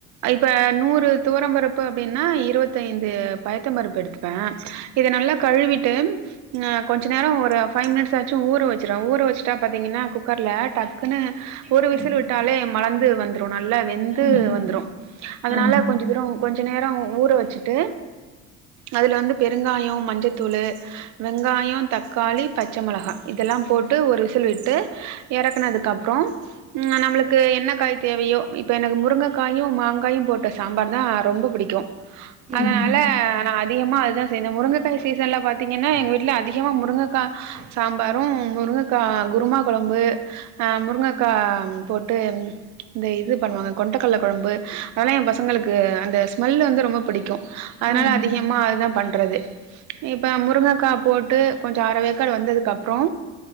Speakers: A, on the right; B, on the right.
A: இப்ப நூறு துவரம் பருப் பு அப்டின்னா இருவத்தைந்து பய்த்த பருப்பு எடுத்துப்பே இத நல்லா கழுவிட்டு அ கொஞ்ச நேரோ ஒரு ஃபைவ் மினிட்ஸ் ஆச்சு ஊற வெச்சிடுவே ஊற வெச்சுட்டா பாத்தீங்கன்னா குக்கர்ல ட ப்புனு
B: சீக்கிரம்
A: ஒரு விசில்
B: வெந்துரும்.
A: விட்டாலே மலந்து வந்துரு நல்லா வெந்து
B: ஆமா.
A: வந்துரு அதனால
B: ஆ.
A: கொஞ்ச தூர கொஞ்ச நேரோ ஊற வெச்சிட்டு அதுல வந்து பெருங்காயோ மஞ்சத்தூளு வெங்காயோ தக்காளி பச்ச மெளகா இதெல்லா போட்டு ஒரு விசில் விட்டு எறக்குனதுக்கு அப்றோ ம் நம்மளுக்கு என்ன காய் தேவயோ இப்ப எனக்கு முருங்கக்காயு மாங்காயு போட்ட சாம்பார் தா ரொம்ப புடிக்கு
B: ம்.
A: அதனால நா அ திகமா இதா செய்னே முருங்கக்காய சீசன்ல பாத்தீங்கன்னா எங்க வீட்ல அதிகமா முருங்கக்கா சாம்பாரு முருங்கக்கா குருமா கொழம்பு அ முருங்கக்கா போட்டு இந்த இது பண்ணுவாங்க கொண்டக்கல்ல கொழம்பு அதெல்லா எ பசங்களுக்கு அந் த ஸ்மெல் வந்து ரொம்போ புடிக்கு அதனால
B: ம்.
A: அதிகமா அதா பண்றதே இப்ப முருங்கக்கா போட்டு கொஞ்ச அரவேக்காடு வெந்ததுக்கு அப்றோ